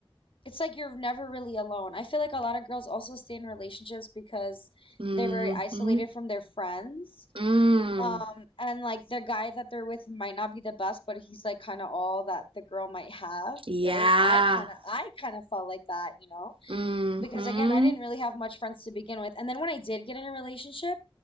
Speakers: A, on the left; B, on the right.
A: it's like you're never really alone. I feel like a lot of girls also stay in relationships because
B: Mm-hmm.
A: they're very isolated from their friends.
B: Mm,
A: Um, and like the guy that they're with might not be the best, but he's like kind of all that the girl might have,
B: yeah.
A: right? I kind of I kind of felt like that, you know?
B: Mm-hmm.
A: Because again, I didn't really have much friends to begin with. And then when I did get in a relationship,